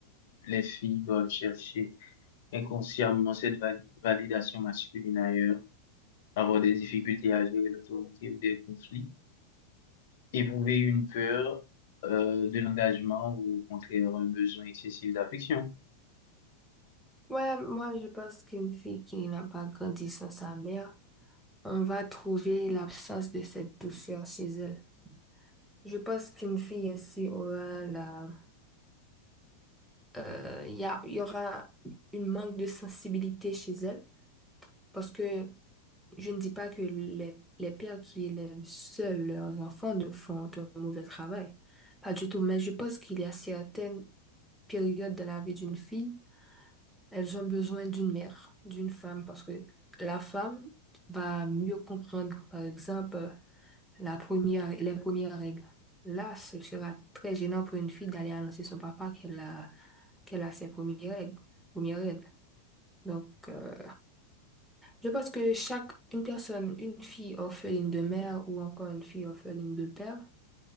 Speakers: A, on the left; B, in the centre.
A: les filles doivent chercher inconsciemment cette va- validation masculine ailleurs, avoir des difficultés à gérer l'autorité ou des conflits, éprouver une peur euh, de l'engagement ou au contraire un besoin excessif d'affection.
B: Ouais, moi je pense qu'une fille qui n'a pas grandi sans sa mère, on va trouver l'absence de cette douceur chez elle. Je pense qu'une fille ainsi aura la, euh, il y a- il y aura une manque de sensibilité chez elle parce que Je ne dis pas que les, les pères qui élèvent seuls leurs enfants ne font un mauvais travail. Pas du tout, mais je pense qu'il y a certaines périodes dans la vie d'une fille, elles ont besoin d'une mère, d'une femme, parce que la femme va mieux comprendre, par exemple, la première, les premières règles. Là, ce sera très gênant pour une fille d'aller annoncer son papa qu'elle a, qu'elle a ses premières règles, ses premières règles. Donc, euh, je pense que chaque une personne, une fille orpheline de mère ou encore une fille orpheline de père,